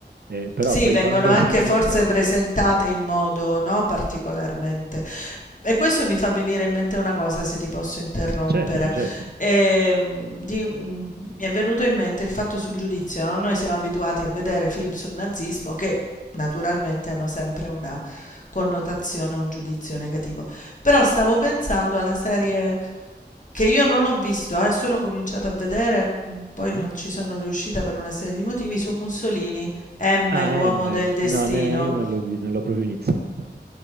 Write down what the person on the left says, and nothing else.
Sì,
vengono
anche
forse presentate in modo, no, particolarmente. E questo mi fa venire in mente una cosa, se ti posso interrompere.
Ehm, di un- mi è venuto in mente il fatto sul giudizio, no? Noi siamo abituati a vedere film sul nazismo che naturalmente hanno sempre una connotazione, un giudizio negativo. Però stavo pensando alla serie che io non ho visto, eh, solo cominciato a vedere, mh, poi
non ci sono riuscita per una serie di motivi, su Mussolini, M,
l'uomo
del destino,